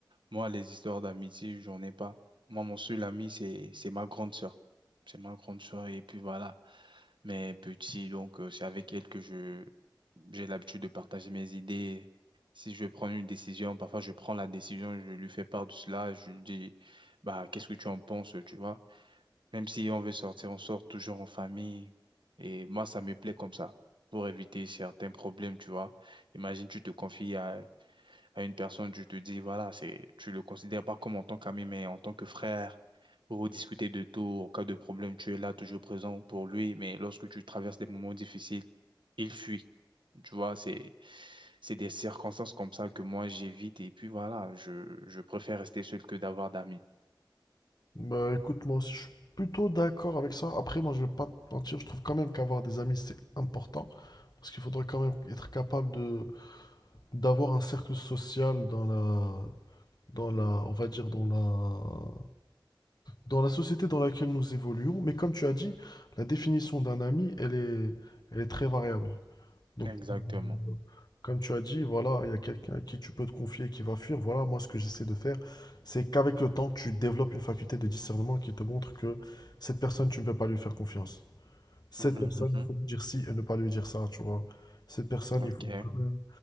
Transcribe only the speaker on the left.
Bah, écoute, moi aussi, je suis plutôt d'accord avec ça. Après, moi, je vais pas te mentir, je trouve quand même qu'avoir des amis, c'est important. Parce qu'il faudrait quand même être capable de d'avoir un cercle social dans la, dans la, on va dire dans la, dans la société dans laquelle nous évoluons. Mais comme tu as dit, la définition d'un ami, elle est, elle est très variable. Donc,
euh, comme tu as dit, voilà, il y a quelqu'un à qui tu peux te confier et qui va fuir. Voilà, moi, ce que j'essaie de faire, c'est qu'avec le temps, tu développes une faculté de discernement qui te montre que cette personne, tu ne peux pas lui faire confiance. Cette
personne,
il faut lui dire ci et ne pas lui dire ça, tu vois. Cette personne,
il faut
quand même